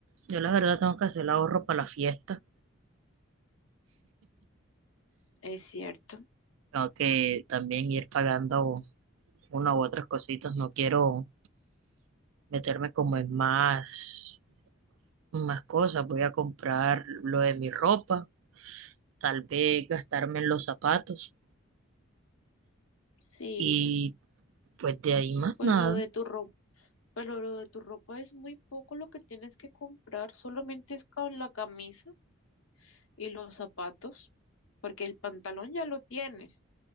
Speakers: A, on the right; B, on the left.
A: Yo la verdad tengo que hacer el ahorro para la fiesta.
B: es cierto.
A: Tengo que también ir pagando una u otras cositas. No quiero meterme como en más. más cosas. Voy a comprar lo de mi ropa, tal vez gastarme en los zapatos
B: Sí,
A: y pues de ahí más
B: pues
A: nada.
B: lo de tu ropa. Pero lo de tu ropa es muy poco lo que tienes que comprar, solamente es con la camisa y los zapatos, porque el pantalón ya lo tienes